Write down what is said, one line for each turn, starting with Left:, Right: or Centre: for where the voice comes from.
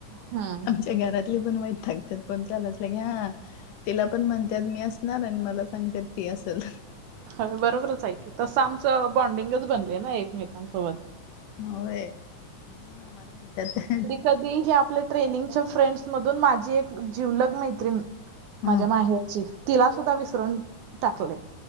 Right: हम्म
Left: ते घरातली पण वैईतागतात फोन चालू असलं की हा तिला पण म्हणतात मी असणार आणि मला सांगतात ती असल.
Right: हो बरोबरच आहे तसं आमचं बॉन्डिंगच बनले ना एकमेकांसोबत
Left: होय कसये.
Right: कधीही जी आपल्या ट्रेनिंगच्या फ्रेंड्स मधून माझी एक जीवलग मैत्रीण.
Left: हा
Right: माझ्या माहेरची तिला सुद्धा विसरून टाकलेय.